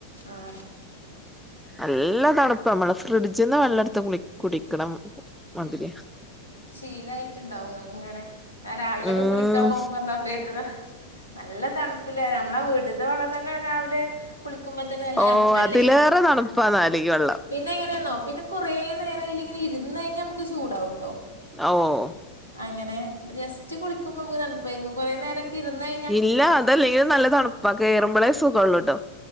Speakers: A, on the left (about 90°); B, in the centre.
A: ആഹ്...
B: നല്ല തണുപ്പ നമ്മളെ ഫ്രിഡ്ജ്ന്ന് വല്ലടത്ത് കുളി കുടിക്കണം മതിരിയ.
A: ശീലായിട്ടുണ്ടാവുംങ്ങക്ക് ഇങ്ങനെ, രാവിലെയ
B: ഉം
A: ഒക്കെ കുളിക്കാൻ പോകൻ പറഞ്ഞപ്പേക്ക- നല്ല തണുപ്പില്ലേ നമ്മളെ വീട്ടത്തെ വളം തന്നെയ രാവിലെ- കുളിക്കുമ്പോത്തന്നെ നല്ല
B: ഒഹ്
A: തണുപ്പല്ലേ
B: അതിലേറെ തണുപ്പാ നാലക്ക് വെള്ളം-
A: പിന്നെ എങ്ങനെയാണോ പിന്നെ- കുറേ നേരം അതിൽ ഇരുന്നു കഴിഞ്ഞാൽ നമുക്ക് ചൂടാവൂട്ടോ?
B: ഓഹ്...
A: അങ്ങനെ ജസ്റ്റ് കുളിക്കുമ്പോ- നമുക്ക് തുപ്പായിരിക്കും കുറേ നേര- കിരുന്ന-
B: ഇല്ല അതല്ലെങ്കിലും നല്ല തണുപ്പാക്ക കേറുമ്പോളേ സുഖമ ഉള്ളൂ കേട്ടോ